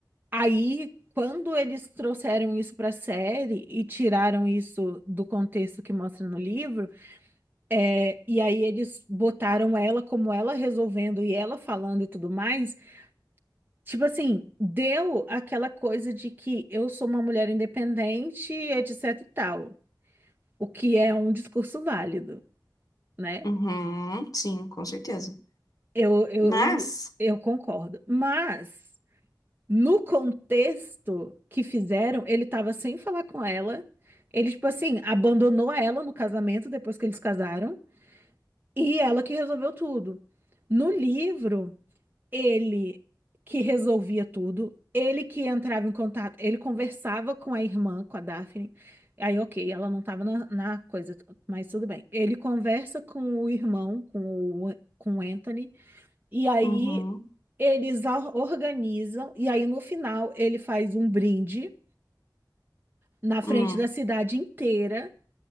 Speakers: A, on the right; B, on the left.
A: aí, quando eles trouxeram isso para a série e tiraram isso do contexto que mostra no livro É, e aí eles botaram ela como ela resolvendo e ela falando e tudo mais. Tipo assim, deu aquela coisa de que eu sou uma mulher independente, etc e tal. O que é um discurso válido, né?
B: Uhum, sim, com certeza.
A: Eu, eu,
B: Mas.
A: eu concordo. Mas, no contexto que fizeram, ele tava sem falar com ela. Ele, tipo assim, abandonou ela no casamento depois que eles casaram. E ela que resolveu tudo. No livro. ele que resolvia tudo, ele que entrava em contato, ele conversava com a irmã, com a Daphne. Aí, ok, ela não estava na, na coisa, mas tudo bem. Ele conversa com o irmão, com o, com o Anthony, e aí
B: Uhum.
A: eles a- organizam, e aí no final ele faz um brinde na frente
B: Hum.
A: da cidade inteira.